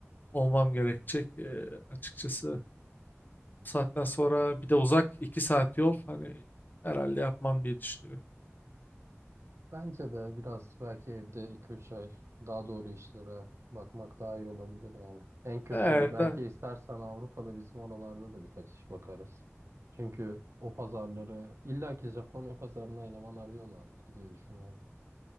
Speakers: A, on the left (about 40°); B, on the right (about 70°).
A: olmam gerekecek Ee, açıkçası. Bu saatten sonra bir de uzak 2 saat yol hani herhalde yapmam diye düşünüyorum.
B: Bence de biraz belki evde iki üç ay daha doğru işlere bakmak daha iyi olabilir yani. En kötü
A: Eğer
B: belki
A: de-
B: istersen Avrupa'da bizim oralarda da birkaç iş bakarız. Çünkü o pazarları illaki Japonya pazarına eleman arıyorlardır diye düşünüyorum.